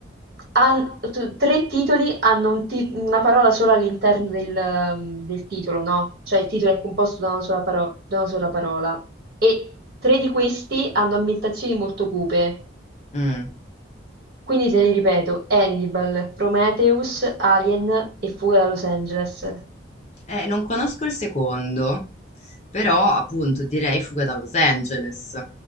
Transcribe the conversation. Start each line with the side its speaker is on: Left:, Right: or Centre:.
Right: han- tu- tre titoli hanno un ti- una parola sola all'interno del, ehm, del titolo, no? Cioè il titolo è composto da una sola paro- da una sola parola. E tre di questi hanno ambientazioni molto cupe.
Left: Mm.
Right: Quindi te li ripeto, Hannibal, Prometheus, Alien e Fuga da Los Angeles.
Left: Eh, non conosco il secondo, però appunto direi Fuga da Los Angeles.